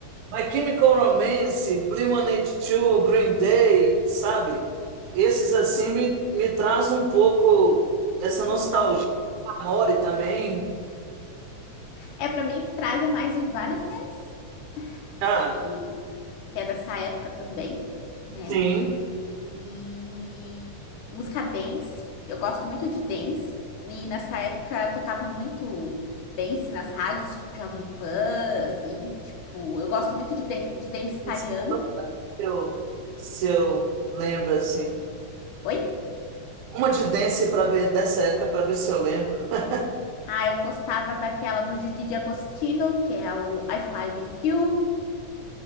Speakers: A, on the right; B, on the left.
A: My Chemical Romance, blink One Two, Green Day, sabe? Esses assim me, me traz um pouco essa nostalgia.
B: Nostalgia.
A: Amore também.
B: É, pra mim, o que traz é mais Evanescence,
A: Ah,
B: que, que é dessa época também, né?
A: sim.
B: E música dance, eu gosto muito de dance. E nessa época tocava muito dance nas rádios, tipo Jovem Pan, assim. Tipo, eu gosto muito de, dan- de dance italiano.
A: Esse é o que eu- se eu lembro assim.
B: Oi?
A: Uma de dance para ver dessa época para ver se eu lembro. <laughs>
B: Ah, eu gostava daquela do Didi de Agostino, que é o I Fly With You,